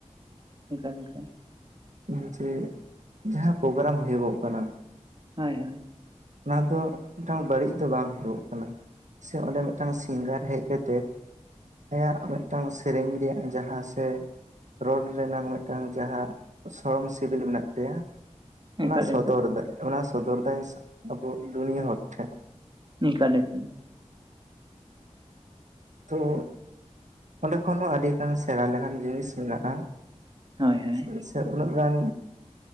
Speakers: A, on the right (about 40°); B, on the right (about 80°).
A: ᱮᱠᱟᱞ ᱮᱠᱟᱞ
B: ᱱᱚ ᱡᱮ ᱡᱟᱦᱟᱸ ᱯᱨᱳᱜᱨᱟᱢ ᱦᱳᱭᱳᱜᱚᱜ ᱠᱟᱱᱟ᱾
A: ᱦᱳᱭ ᱦᱳᱭ
B: ᱚᱱᱟ ᱫᱚ ᱢᱤᱫᱴᱟᱝ ᱵᱟᱹᱲᱤᱡ ᱫᱚ ᱵᱟᱝ ᱦᱳᱭᱳᱜ ᱠᱟᱱᱟ᱾ ᱥᱮ ᱚᱸᱰᱮ ᱢᱤᱫᱴᱟᱝ ᱥᱤᱝᱜᱟᱨ ᱦᱮᱡ ᱠᱟᱛᱮᱫ ᱟᱭᱟᱜ ᱢᱤᱫᱴᱟᱝ ᱥᱮᱨᱮᱧ ᱨᱮᱭᱟᱜ ᱡᱟᱦᱟᱸ ᱥᱮ, ᱨᱚᱲ ᱨᱮᱱᱟᱝ ᱢᱤᱫᱴᱟᱝ ᱡᱟᱦᱟᱸ ᱥᱚᱲᱚᱢ ᱥᱤᱵᱤᱞ ᱢᱮᱱᱟᱜ ᱛᱟᱭᱟ
A: ᱮᱠᱟᱞ
B: ᱚᱱᱟ ᱥᱚᱛᱚᱨ
A: ᱮᱠᱟᱞ
B: ᱮᱫᱟᱭ᱾ ᱚᱱᱟ ᱥᱚᱫᱚᱨᱫᱟᱭ ᱟᱵᱚ ᱫᱩᱱᱤᱭᱟᱹ ᱦᱚᱲ ᱴᱷᱮᱜ᱾
A: ᱱᱤᱠᱟ ᱞᱮᱠᱟ᱾
B: ᱛᱚ ᱚᱸᱰᱮ ᱠᱷᱚᱱ ᱦᱚᱸ ᱟᱹᱰᱤᱜᱟᱱ ᱥᱮᱬᱟ ᱞᱮᱠᱟᱱ ᱡᱤᱱᱤᱥ ᱢᱮᱱᱟᱜᱼᱟ᱾
A: ᱦᱳᱭ ᱦᱳᱭ
B: ᱥᱮ ᱥᱮ ᱩᱱᱟᱹᱜ ᱜᱟᱱ